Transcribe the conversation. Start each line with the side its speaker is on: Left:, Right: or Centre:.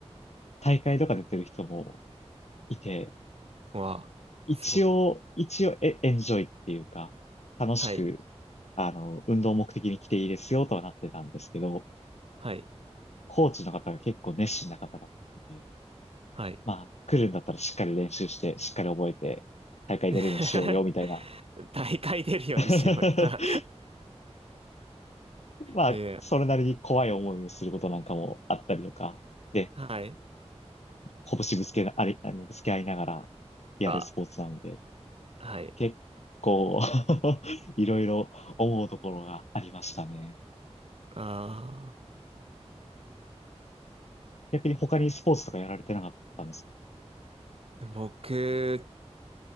Left: 大会とか出てる人もいて、
Right: わあ、
Left: 一応、
Right: すごい。
Left: 一応エ、エンジョイっていうか、楽しく、
Right: はい。
Left: あの、運動目的に来ていいですよとはなってたんですけど、
Right: はい。
Left: コーチの方が結構熱心な方だったので、
Right: はい。
Left: まあ、来るんだったらしっかり練習して、しっかり覚えて、大会出れるのしようよ、
Right: <laughs>
Left: みたいな。
Right: 大会出るようにしようよ。
Left: <laughs>
Right: <laughs>
Left: まあ、
Right: いえ、
Left: それなりに怖い思いをすることなんかもあったりとか、で、
Right: はい。
Left: 拳ぶつけな、あれ、あの、ぶつけ合いながらやるスポーツなので、
Right: あ、はい。
Left: 結構 <laughs> いろいろ思うところがありましたね。
Right: あ
Left: 逆に他にスポーツとかやられてなかったんですか
Right: ー、僕、